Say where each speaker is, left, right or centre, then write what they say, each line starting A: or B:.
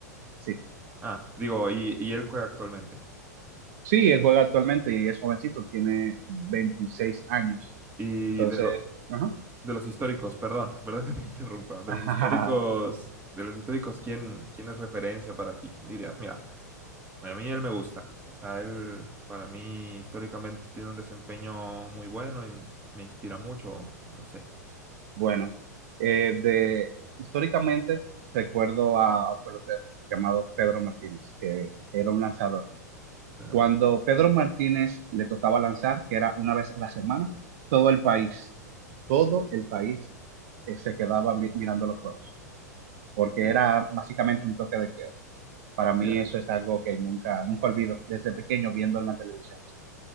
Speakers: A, on the right; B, on the right.
A: Sí.
B: Ah, digo, y, y él juega actualmente.
A: Sí, él juega actualmente y es jovencito, tiene 26 años.
B: Y
A: Entonces,
B: de, lo-
A: ajá.
B: de los históricos, perdón, <laughs> perdón que te interrumpa. De
A: <laughs>
B: los históricos, de los históricos, ¿quién, quién es referencia para ti? ¿Quién dirías? Mira, A mí él me gusta. O sea, él para mí históricamente tiene un desempeño muy bueno y me inspira mucho. No sé.
A: Bueno, eh, de, históricamente recuerdo a, a un pelotero llamado Pedro Martínez, que era un lanzador.
B: Pedro
A: Cuando
B: Martínez.
A: Pedro Martínez le tocaba lanzar, que era una vez a la semana, todo el país, todo el país eh, se quedaba mi- mirando los juegos, porque
B: Ya,
A: era básicamente un toque de queda. Para mí
B: ya,
A: eso es algo que nunca, nunca olvido, desde pequeño viendo en la televisión.